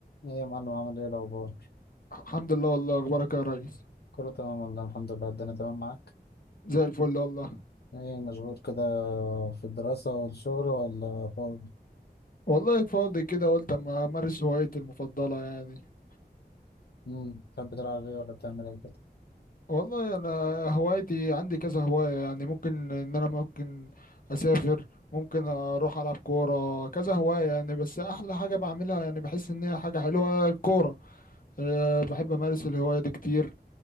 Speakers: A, on the left; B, on the left.
A: ايه يا معلم عامل ايه الاخبار
B: الحمد لله والله اخبارك يا ريس
A: كله تمام والله الحمد لله الدنيا تمام معاك
B: زي الفل والله
A: ايه مشغول كده في الدراسة والشغل ولا فاضي
B: والله فاضي كده قلت اما امارس هوايتي المفضله يعني
A: امم تحب تلعب ايه ولا بتعمل ايه كده
B: والله انا هوايتي عندي كذا هوايه يعني ممكن ان انا ممكن اسافر ممكن اروح العب كوره كذا هوايه يعني بس احلى حاجه بعملها يعني بحس ان هي حاجه حلوه الكوره أه بحب امارس الهوايه دي كتير